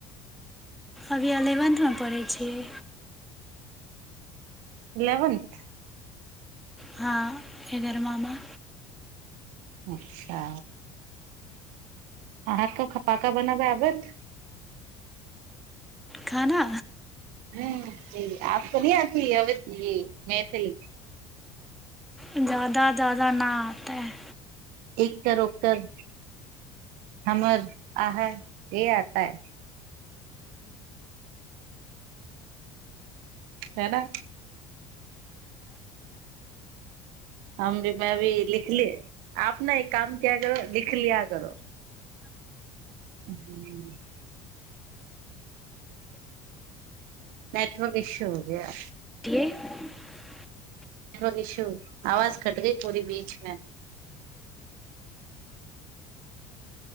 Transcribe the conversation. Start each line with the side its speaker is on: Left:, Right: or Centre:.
Centre: अभी एलेवेन्थमे पढ़ै छीय
Right: एलेवेंथ
Centre: हँ एगर मामा
Right: अचछा अहाँके फ पाका बनाबै आबत
Centre: खाना
Right: हुँ आपको नहीं आती है ऐसी
Centre: ज्यादा ज्याददा न आता है
Right: एकतर उककरर हमर आह ये आता है है ना हम भी मे भी लिख लिय आप ने एक काम किया करो लिख लिया करो ह नेटवर्क इस्यु हो गया
Centre: कियए
Right: नेटवर्क इश्यू आवाज कट गई पूरी बीचमें